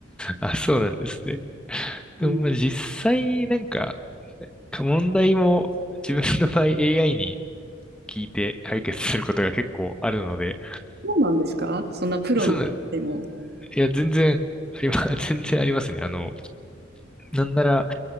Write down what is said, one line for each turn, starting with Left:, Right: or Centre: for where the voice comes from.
Centre: あ、そうなんですね。でも、
Right: うん、
Centre: まあ、実際、なんか、か問題も自分の場合 AI に聞いて解決することが結構あるので、
Right: そうなんですかそんなプロの方でも。
Centre: そうなん、いや、全然ありま、<laughs> 全然ありますね。あの、なんなら、